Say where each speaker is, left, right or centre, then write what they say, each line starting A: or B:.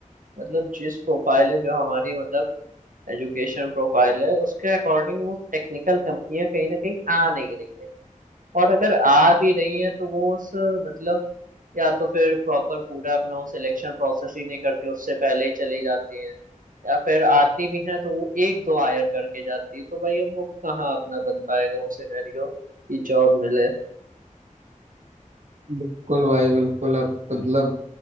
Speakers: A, on the right; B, on the right.
A: मतलब जिस प्रोफाइल है जो हमारी मतलब एजुकेशन प्रोफाइल है उसके अकॉर्डिंग वो टेक्निकल कंपनियां कहीं ना कहीं आ नहीं रही है और अगर आ भी रही है तो वो उस मतलब या तो फिर प्रॉपर पूरा अपना वो सिलेक्शन प्रोसेस ही नहीं करती उससे पहले ही चली जाती है या फिर आती भी है तो वो एक दो हायर करके जाती है तो भाई अब वो कहाँ अपना बन पाएगा वो सिनेरियो कि जॉब मिले
B: बिल्कुल भाई बिल्कुल अब मतलब